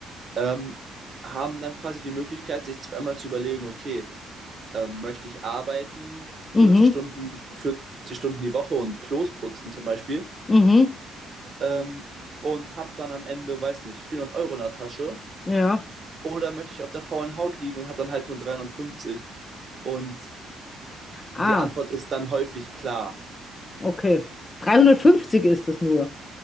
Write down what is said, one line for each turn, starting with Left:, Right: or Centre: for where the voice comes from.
Right: ähm, haben dann quasi die Möglichkeit, sich zweimal zu überlegen, okay, ähm, möchte ich arbeiten 40
Left: Mhm,
Right: Stunden, 40 Stunden die Woche und Klos putzen zum Beispiel
Left: mhm,
Right: ähm, und habe dann am Ende, weiß nicht, 400 Euro in der Tasche
Left: ja.
Right: oder möchte ich auf der faulen Haut liegen und habe dann halt nur 350? Und
Left: Ah,
Right: die Antwort ist dann häufig klar.
Left: okay. 350 ist das nur.